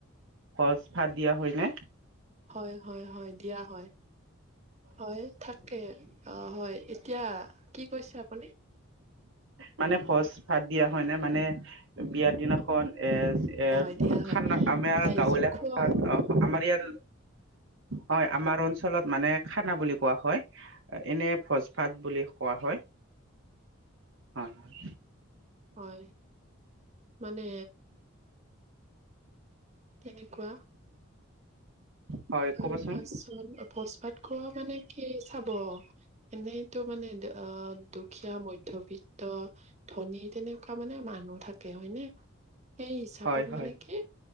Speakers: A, on the right (about 65°); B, on the right (about 30°).
A: সজ ভাত দিয়া হয়নে?
B: হয় হয় হয় দিয়া হয় হয়, থাকে অ হয়। এতিয়া কি কৈছে আপুনি?
A: মানে ভজ ভাত দিয়া হয় নে মানে বিয়াৰ দিনাখন? এ
B: দিয়া
A: এ
B: হয় দিয়া হয়
A: খানা আমাৰ
B: আইজোখোৱা
A: গাঁৱলীয়া ভাখাত আমাৰ ইয়াত হয় আমাৰ অঞ্চলত মানে খানা বুলি কোৱা হয়, এনে ভোজ ভাত বুলি কোৱা হয়। হয় হয়।
B: হয়, মানে কেনেকুৱা?
A: হয়
B: তাৰপাছত
A: ক'বচোন
B: ভোজ ভাত খোৱা মানে কি চাব এনেইতো মানে অ দুখীয়া মধ্যবিত্ত ধনী তেনেকুৱা মানে মানুহ থাকে হয় ন সেই হিচাপত
A: হয় হয়
B: মানে কি